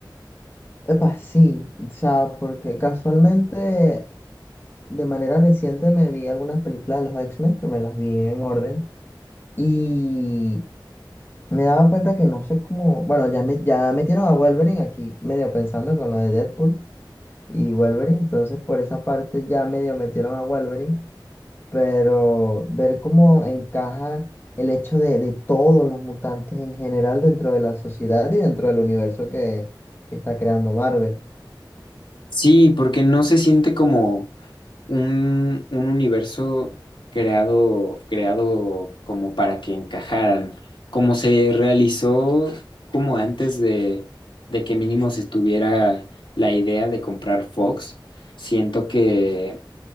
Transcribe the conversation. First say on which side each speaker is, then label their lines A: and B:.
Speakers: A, on the left; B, on the left.
A: Epa, sí, o sea, porque casualmente de manera reciente me vi algunas películas de los X-Men, que me las vi en orden, y me daba cuenta que no sé cómo, bueno, ya, me, ya metieron a Wolverine aquí medio pensando con lo de Deadpool. y Wolverine. Entonces, por esa parte ya medio metieron a Wolverine, pero ver cómo encaja el hecho de, de todos los mutantes en general dentro de la sociedad y dentro del universo que, que está creando Marvel.
B: Sí, porque no se siente como un, un universo creado, creado como para que encajaran, como se realizó como antes de, de que mínimo se estuviera la idea de comprar Fox. Siento que